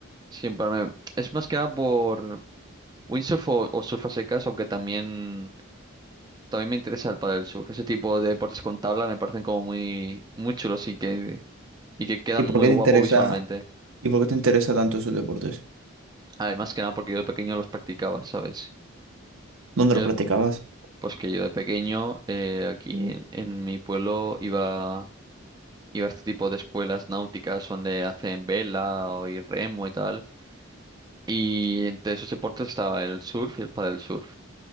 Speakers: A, on the right (about 20°); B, on the right (about 75°).
A: Siempre me- Es más que nada por windsurf o, o surf a secas, aunque también También me interesa el pádel surf. Ese tipo de deportes con tabla me parecen como muy, muy chulos y que, y que quedan
B: ¿Y por
A: muy
B: qué
A: guapo
B: te interesa,
A: visualmente.
B: y por qué te interesa tanto esos deportes?
A: Además que nada porque yo de pequeño los practicaba, ¿sabes?
B: ¿Dónde
A: Yo,
B: los practicabas?
A: de- pues que yo de pequeño eh, aquí en, en mi pueblo iba, iba a este tipo de escuelas náuticas donde hacen vela o y remo y tal. Y entre esos deportes estaba el surf y el paddle surf.